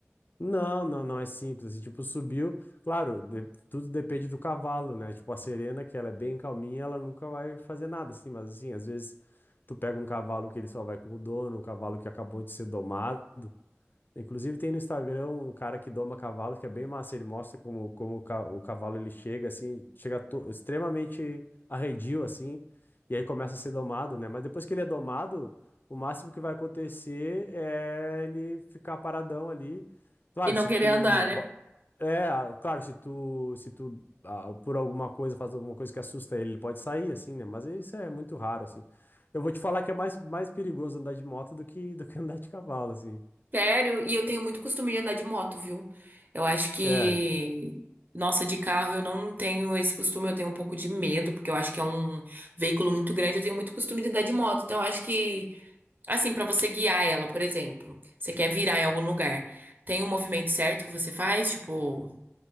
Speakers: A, on the left; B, on the right.
A: Não, não, não é simples. Assim, tipo, subiu. Claro, de- tudo depende do cavalo, né? Tipo, a Serena, que ela é bem calminha, ela nunca vai fazer nada, assim. Mas, assim, às vezes tu pega um cavalo que ele só vai com o dono, um cavalo que acabou de ser domado. Inclusive tem no Instagram um cara que doma cavalo, que é bem massa, ele mostra como, como o ca- o cavalo ele chega assim, chega to- extremamente arredio assim, e aí começa a ser domado, né? Mas depois que ele é domado, o máximo que vai acontecer é ele ficar paradão ali. Claro,
B: E não
A: se
B: querer
A: tu
B: andar,
A: ba-
B: né?
A: é, ah, claro, se tu se tu ah, por alguma coisa faz alguma coisa que assusta ele, ele pode sair assim, né? Mas isso é muito raro assim. Eu vou te falar que é mais mais perigoso andar de moto do que do que <laughs> andar de cavalo assim.
B: Sério, e eu tenho muito costume de andar de moto, viu? Eu acho que,
A: É,
B: nossa, de carro eu não tenho esse costume, eu tenho um pouco de medo, porque eu acho que é um veículo muito grande, eu tenho muito costume de andar de moto. Então, eu acho que, assim, pra você guiar ela, por exemplo, você quer virar em algum lugar, tem um movimento certo que você faz, tipo,